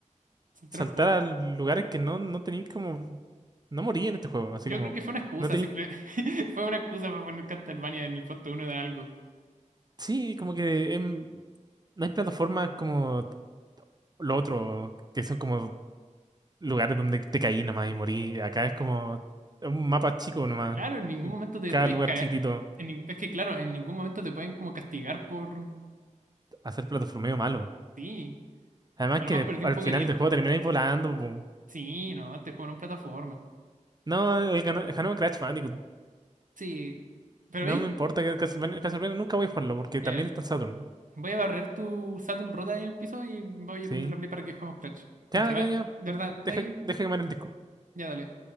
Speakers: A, on the right; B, on the right.
A: Saltar
B: saltar
A: un poco.
B: a lugares que no, no tenéis como... No morí en este juego, así
A: Yo
B: como...
A: creo que fue una excusa,
B: No tenéis...
A: simple. <laughs> Fue una excusa para poner Castlevania en el puesto uno de algo.
B: Sí, como que... em, no hay plataformas como lo otro, que son como lugares donde te caí nomás y morí. Acá es como un mapa chico nomás.
A: Claro, en ningún
B: en
A: momento te
B: Cada
A: podéis
B: lugar
A: caer.
B: chiquitito.
A: en nin- Es que, claro, en ningún momento te pueden como castigar por.
B: Hacer plataformeo malo.
A: Sí,
B: Además
A: a lo
B: que
A: más perdí
B: al
A: un poco
B: final
A: de tiempo.
B: del juego termináis volando. po.
A: Sí, no, te juego en plataforma.
B: No, el ganó, el ganó en Crash Bandicoot.
A: Sí, pero veis,
B: No me importa que Castlevania, Castlevania nunca voy a jugarlo porque
A: Mira,
B: también
A: mira,
B: está en Saturn.
A: voy a barrer tu Saturn rota ahí en el piso y voy
B: Sí.
A: a prender la play para que juguemos Clash. Y
B: Ya,
A: te
B: ya,
A: va.
B: ya.
A: De
B: pu-
A: verdad,
B: Deja,
A: ahí,
B: deja quemar el disco.
A: ya dale.